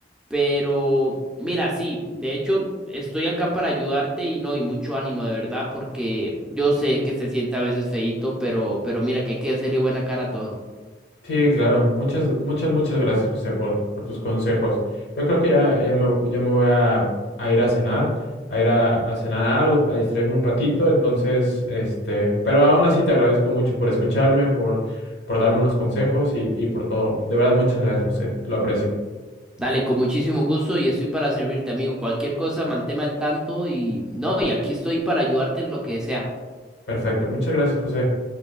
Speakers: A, in the centre; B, on the left.
A: Pero mira, sí, de hecho estoy acá para ayudarte y no, y mucho ánimo de verdad, porque yo sé que se siente a veces feíto, pero, pero mira que hay que hacerle buena cara a todo.
B: Sí, claro. Muchas, muchas, muchas gracias, José, por, por tus consejos. Yo creo que ya, ya me, ya me voy a, a ir a cenar, a ir a, a cenar algo, a distraerme un ratito. Entonces, este, pero aún así te agradezco mucho por escucharme, por, por darme unos consejos y, y por todo. De verdad, muchas gracias, José. Lo aprecio.
A: Dale, con muchísimo gusto y estoy para servirte, amigo. Cualquier cosa, manténme al tanto y no, y aquí estoy para ayudarte en lo que sea.
B: Perfecto. Muchas gracias, José.